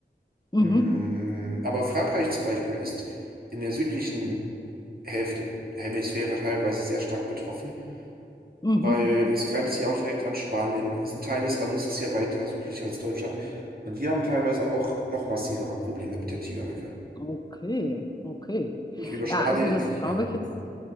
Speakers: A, on the left; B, on the right.
A: Mhm.
B: Mm, Aber Frankreich zum Beispiel ist in der südlichen Hälfte, Hemisphäre teilweise sehr stark betroffen,
A: Mhm.
B: weil es grenzt ja auch direkt an Spanien. Es ist Ein Teil des Landes ist ja weiter südlich als Deutschland und die haben teilweise auch noch massivere Probleme mit der Tigermücke.
A: Okay, okay.
B: Und über Spanien,
A: Ja, also das
B: ja.
A: habe ich jetzt.